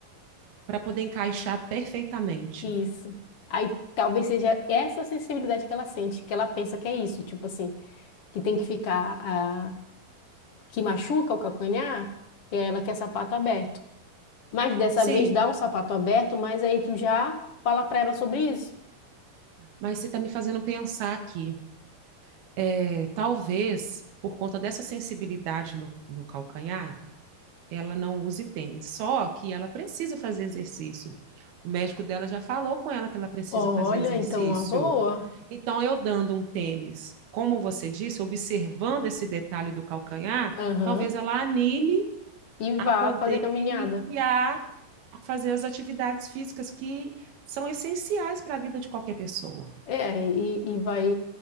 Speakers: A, on the right (about 80°); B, on the left (about 55°).
A: para poder encaixar perfeitamente.
B: Isso. Aí talvez seja essa sensibilidade que ela sente, que ela pensa que é isso, tipo assim, que tem que ficar, ah, que machuca o calcanhar, e aí ela quer sapato aberto. Mas dessa
A: Sim,
B: vez dá um sapato aberto, mas aí tu já fala pra ela sobre isso.
A: mas você está me fazendo pensar aqui. É, talvez por conta dessa sensibilidade no, no calcanhar, ela não use tênis. Só que ela precisa fazer exercício. O médico dela já falou com ela que ela precisa
B: Olha,
A: fazer exercício.
B: então uma boa.
A: Então, eu dando um tênis, como você disse, observando esse detalhe do calcanhar,
B: Aham.
A: talvez ela anime
B: E
A: a
B: vá
A: poder
B: fazer caminhada.
A: iniciar a fazer as atividades físicas que são essenciais para a vida de qualquer pessoa.
B: É, e, e vai,